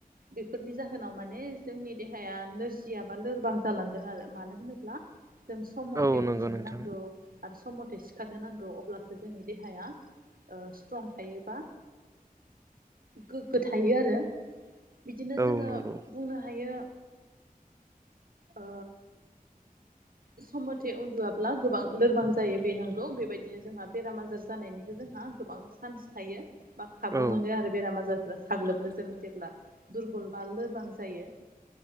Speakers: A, on the right; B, on the right.
A: बेफोरनि जाहोनाव माने जोंनि देहाया नोरजियाबा लोरबां जालांदों आरो। मानो होनोब्ला जों सम मथे
B: औ नंगौ
A: उन्दुनो
B: नोंथां
A: नांगौ। आरो सम मथे सिखारनो नांगौ अब्लासो जोंनि देहाया ओ सिट्रं थायोबा गोग्गो थायो आरो। बिदिनो
B: औ
A: जोङो
B: नंगौ
A: बुंनो हायो ओ सम मथे उन्दुआब्ला गोबां लोरबां जायो बे नंगौ बेबायदिनो जोंहा बेराम आजार जानायनिबो जोंहा गोबां चान्स थायो बा खाबु
B: औ
A: मोनो आरो। बेराम आजारफोरा साग्लोबनो जों जेब्ला दुरबल बा लोरबां जायो।